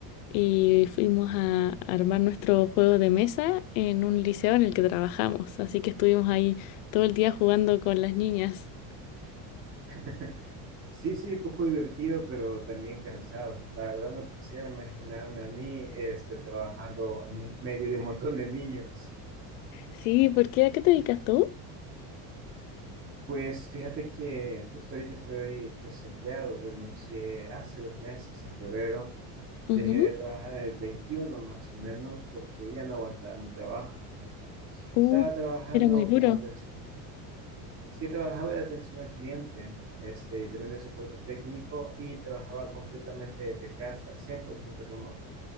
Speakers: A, on the left (about 80°); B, on the right (about 30°).
A: y fuimos a armar nuestro juego de mesa en un liceo en el que trabajamos. Así que estuvimos ahí todo el día jugando con las niñas.
B: <laughs> Sí, sí, un poco divertido, pero también cansado. La verdad no quisiera imaginarme a mí este, trabajando en medio de un montón de niños.
A: Sí, ¿por qué? ¿A qué te dedicas tú?
B: Pues fíjate que justo ahorita estoy desempleado, renuncié hace dos meses, en febrero.
A: Ujú.
B: Dejé de trabajar el 21 más o menos porque ya no aguantaba mi trabajo, fíjate.
A: Uh,
B: Estaba trabajando
A: era muy duro.
B: como atención. Sí, trabajaba de atención al cliente, este, y también de soporte técnico, y trabajaba completamente de casa, 100% remoto.